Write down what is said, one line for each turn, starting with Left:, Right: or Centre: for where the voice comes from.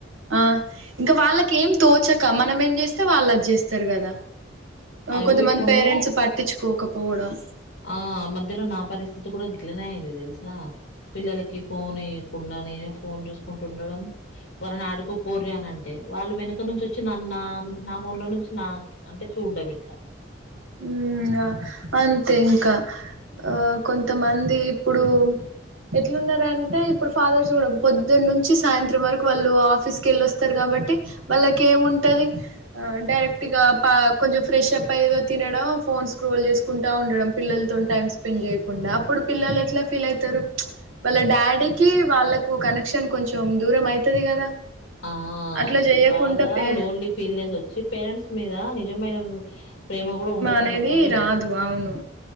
Right: ఆ ఇంకా వాళ్ళకేం తోచక మనం ఏమి చేస్తే వాళ్ళు అది చేస్తారు కదా ఆ
Left: అగో
Right: కొంతమంది
Left: ఇప్పుడు
Right: పేరెంట్స్ పట్టించుకోకపోవడం
Left: ఆ ఆ మధ్యలో నా పరిస్థితి కూడా గిట్లనే అయింది తెలుసా పిల్లలకి ఫోన్ ఈ కుండా నేనే ఫోన్ చూసుకుంటూ ఉండడం వాళ్ళని ఆడుకోపోడ్రీ అని అంటే వాళ్ళు వెనుక నుంచి వచ్చి నన్ నా నా ఫోన్ లో నుంచి నా అంటే చూడ్డం ఇట్లా
Right: ఉమ్ ఆ అంతే ఇంకా ఆ కొంతమంది ఇప్పుడు ఎట్లున్న రంటే ఇప్పుడు ఫాదర్స్ కూడా పొద్దున్న నుంచి సాయంత్రం వరకు వాళ్ళు ఆఫీస్ క వెళ్ళి వస్తారు కాబట్టి కాబట్టి వాళ్ళకి ఏమింటది ఆ డైరెక్ట్గా పా కొంచెం ఫ్రెష్ అప్ అయ్యదో తినడం ఫోన్ స్క్రోల్ చేసుకుంటా ఉండడం పిల్లలతోని టైమ్ స్పెండ్ చేయకుండా అప్పుడు పిల్లలు ఎట్లా ఫీల్ అయితర్ తారు ఉచ్ వాళ్ళ డాడీకి వాళ్ళకు కనెక్షన్ కొంచెం దూరం అయితది కదా
Left: ఆ
Right: అట్లా చేయకుండా
Left: బాగా
Right: పే
Left: లోన్లీ ఫీల్ నెస్ వచ్చి పేరెంట్స్ మీద నిజమైనవ్ ప్రేమ కూడా ఉండకుండా
Right: అనేది
Left: పోతుంది
Right: రాదు అవును